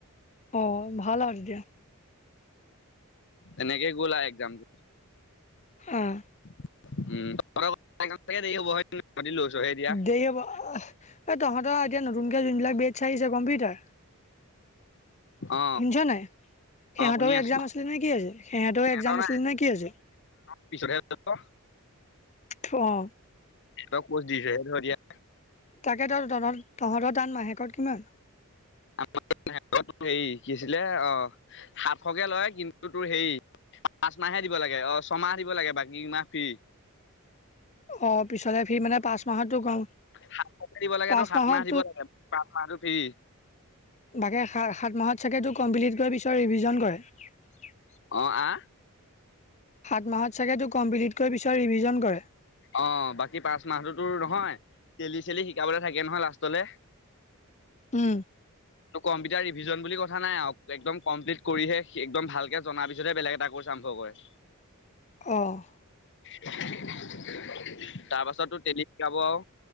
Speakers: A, on the left (about 30°); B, on the left (about 55°).
A: অঁ, ভাল আৰু এতিয়া?
B: এনেকে গ'ল আও এক্সামটো।
A: অঁহ
B: <unintelligible> এতিয়া
A: দেৰি হ'ব। এ তহঁতৰ এতিয়া নতুনকে যোনবিলাক বেছ্‌ চাহিছে কম্পিউটাৰ
B: অ
A: শুনিছ নাই? সিহঁতও
B: অ শুনি আছো
A: এক্সাম আছিলে নে কি আজি? সিহেঁতও
B: সিহঁতৰ
A: এক্সাম আছিলে
B: নাই
A: নে কি আজি?
B: পিছতহে যাব
A: অ
B: হেঁতক কৰ্চ দিছেহে ক এতিয়া।
A: তাকে ত' তহঁত, তহঁতৰ তাত মাহেকত কিমান?
B: আমাৰ নাই। তোৰ হেৰি, কি আছিলে? অঁ সাতশকে লয় কিন্তু তোৰ হেৰি পাচঁমাহে দিব লাগে, অঁহ ছমাহ দিব লাগে। বাকি কেই মাহ ফ্ৰী।
A: অ পিছলে সি মানে, পাঁচমাহটো কম।
B: সাতশকে দিব লাগেটো,
A: পাঁচ
B: সাতমাহ
A: মাহত
B: দিব লাগে। পাঁচমাহটো ফ্ৰী।
A: বাকি সাত - সাতমাহত চাগেটো কমপ্লিট কৰা পিছত ৰিভিজন কৰে?
B: অঁ, আঁহ।
A: সাতমাহত চাগে তো' কমপ্লিট কৰি পিছত ৰিভিজন কৰে?
B: অঁ, বাকি পাঁচ মাহতোটোৰ, নহয় টেলি- চেলি শিকাবলে থাকে নহয় লাষ্টলে?
A: উম,
B: কম্পিউটাৰ ৰিভিজন বুলি কথা নাই আও। একদম কমপ্লিট কৰিহে সি, একদম ভালকে জনা পিছতহে বেলেগ এটা কৰ্চ আৰম্ভ হ'য়।
A: অঁহ
B: তাৰ পাছটো টেলি শিকাব আও।